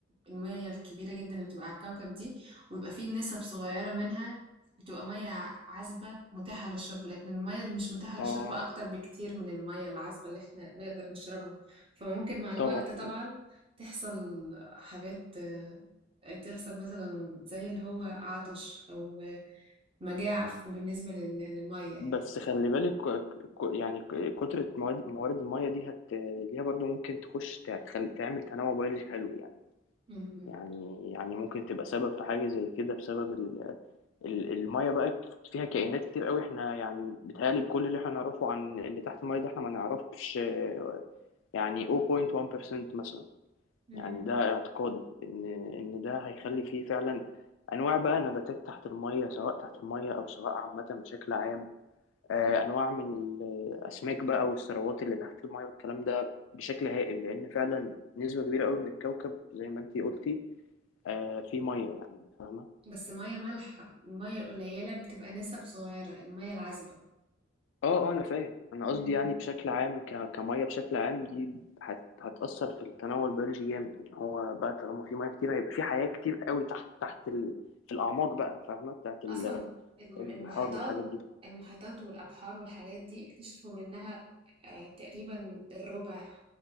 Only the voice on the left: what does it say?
اه
طبعا
بس خلي بالك ك- ك- يعني ك- كترة مواد موارد المية دي هت ليها برضو ممكن تخش ت- تخل... تعمل تنوع بيولوجي حلو يعني
يعني يعني ممكن تبقى سبب في حاجة زي كده بسبب ال... ال... المية بقى فيها كائنات كتير قوي احنا يعني بيتهيألي بكل اللي احنا نعرفه عن اللي تحت المية ده احنا ما نعرفش آه، يعني 0.1% مثلا
يعني ده اعتقادي ان ان ده هيخلي فيه فعلا انواع بقى نباتات تحت المية سواء تحت المية او سواء عامة بشكل عام آه،
انواع من الاسماك بقى والثروات اللي تحت المايه والكلام ده بشكل هائل لان فعلا نسبه كبيره قوي من الكوكب زي ما انتي قلتي آه، في ميه يعني فاهمه
اه اه انا فاهم انا قصدي
يعني بشكل عام ك... كميه بشكل عام دي هت... هتاثر في التنوع البيولوجي جامد ان هو بقى طالما في ميه كتير هيبقى في حياه كتير قوي تحت تحت ال... في الاعماق بقى فاهمه بتاعت ال-
البحار
والحاجات دي